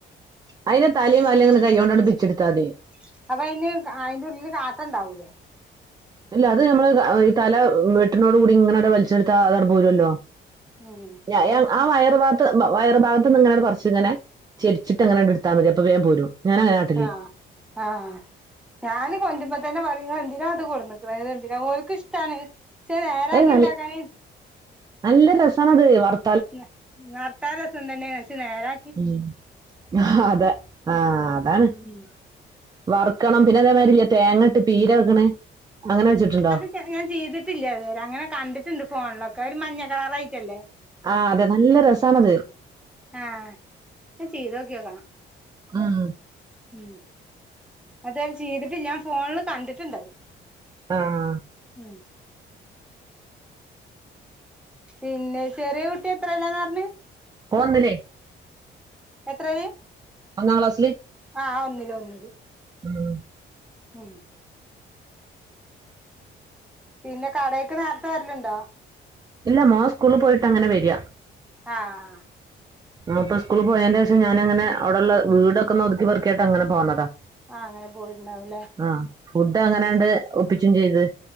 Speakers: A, on the right; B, in the centre.
A: അതിന്റെ തലയും
B: <unintelligible>
A: വാലും ഇങ്ങനെ കൈ കൊണ്ടാണ്ട് പിച്ചെടുത്താ മതി
B: അപ്പൊ അതിന് അയിന്റെ ഉള്ളില് കാട്ടണ്ടാവൂല്ലേ
A: ഇല്ല അത് നമ്മള് ഈ തല വെട്ടനോട് കൂടി ഇങ്ങനടു വലിച്ചെടുത്താ അതാട് പോരുവല്ലോ
B: ഉം
A: ഞ
B: ഞാൻ
A: ആ വയറു ഭാഗ ത്ത് വയർ ഭാഗത്ത് നിന്ന് ഇങ്ങനെങ്ങട് പറിച്ച് ഇങ്ങനെ ചരിച്ചിട്ടങ്ങനങ്ങട് എടുത്താ മതി അപ്പ വേഗം പോരും ഞാൻ അങ്ങനെ കാട്ടല്
B: ആഹ് ആഹ് ഞാന് കൊണ്ട്രുമ്പോ പറയും ഇങ്ങളെന്തിനാ അത് കൊടുന്നിക്കണേ എന്തിനാ ഓല്ക്ക് ഇഷ്ടാണ് പക്ഷെ നേരാക്കി
A: അത് നല്ല
B: ഇണ്ടാക്കാന്
A: നല്ല രസാണത് വറു
B: ന്നെ വറുത്താ രസ ണ്ടല്ലേ പക്ഷെ നേരാ
A: ഉം ആഹ് അതെ ആഹ് അതാണ്
B: ഉം
A: വറക്കണം പിന്നെ അതേമാരില്ലെ തേങ്ങട്ട് പീര വെക്കണ് അങ്ങനെ വെച്ചിട്ടുണ്ടോ
B: പക്ഷെ ഞാൻ ചെയ്തിട്ടില്ല അതുവരെ അങ്ങനെ കണ്ടിട്ടുണ്ട് ഫോണിലൊക്കെ ഒര് മഞ്ഞ കളറായിട്ടല്ലേ
A: ആഹ് അതെ നല്ല രസാണത്
B: ആഹ് അത് ചെയ്തോക്കി നോക്കണം
A: ഉം
B: ഉം അതത് ചെയ്തിട്ടില്ല ഫോണില് കണ്ടിട്ടുണ്ടത്
A: ആഹ് ആഹ്
B: ഉം പിന്നെ ചെറിയ കുട്ടി എത്രയിലാന്നാ പറഞ്ഞ്
A: ഓവന്നില്ലേ
B: എത്രയില്
A: ഒന്നാ ക്ലാസില്
B: ആഹ് ഒന്നില് ഒന്നില്
A: ഉം
B: ഉം പിന്നെ കടെക്ക് നേരത്തെ വരലുണ്ടോ
A: ഇല്ല മോൻ സ്കൂളി പോയിട്ട് അങ്ങനെ വര
B: ആഹ്
A: മൊപ്പം സ്കൂള് പോയെനെഷം ഞാനങ്ങനെ അവിടെള്ള വീടൊക്കെ ഒതുക്കി പെറുക്കി അങ്ങനെ പോന്നതാ
B: ആഹ് അങ്ങനെ പോയിട്ടുണ്ടാവുംല്ലേ
A: ആഹ് ഫുഡ് അങ്ങനെയണ്ട്
B: ഉം
A: ഒപ്പിച്ചു ചെയ്ത്